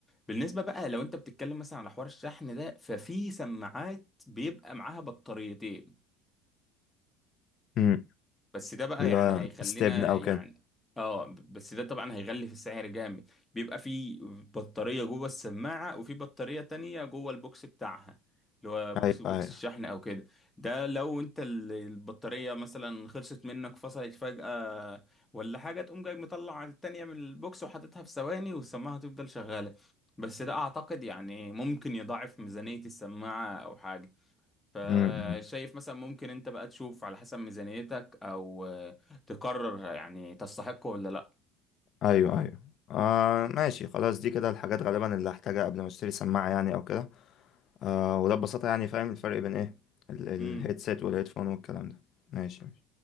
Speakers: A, on the left; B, on the left.
A: بالنسبة بقى لو انت بتتكلم مثلا على حوار الشحن ده ففي سماعات بيبقى معاها بطاريتين
B: أمم.
A: بس ده بقى
B: اللي
A: يعني
B: هو
A: هيخلينا
B: استبن او
A: يعني
B: كده
A: اه بس ده طبعا هيغلي في السعر جامد بيبقى في بطارية جوه السماعة وفي بطارية تانية جوه البوكس بتاعها اللي هو بوكس
B: ايوه
A: بوكس
B: ايوه
A: الشحن او كده ده لو انت ال- البطارية مثلا خلصت منك فصلت فجأة ولا حاجة تقوم جاي مطلع التانية من البوكس وحاططها في ثواني والسماعة هتفضل شغالة بس ده اعتقد يعني ممكن يضاعف ميزانية السماعة او حاجة فشايف
B: أمم، أمم.
A: مثلا ممكن انت بقى تشوف على حسب ميزانيتك او آه، تقرر يعني تستحقه ولا لا
B: ايوه ايوه آه ماشي خلاص دي كده الحاجات غالبا اللي هحتاجها قبل ما اشتري سماعة يعني او كده آه وده ببساطة يعني فاهم الفرق بين ايه ال- الهيدسيت
A: امم
B: والهيدفون والكلام ده ماشي